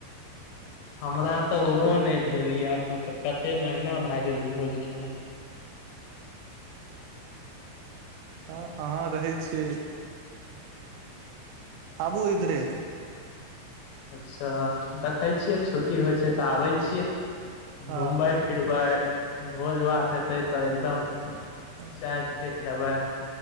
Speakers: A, on the left (about 80°); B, on the right (about 80°).
A: हमरा तऽ ओहो नहि भेल यए एखन तऽ कतेक महीना भए गेल भोज खेना
B: अहाँ रहै छियै। आबू इधरे
A: अच्छा देखै छियै छुट्टी होइ छै, तऽ आबे छियै
B: हँ
A: घूमबै फिरब भोज भात हेतै तऽ एकदम
B: ह।
A: चायप के खेबै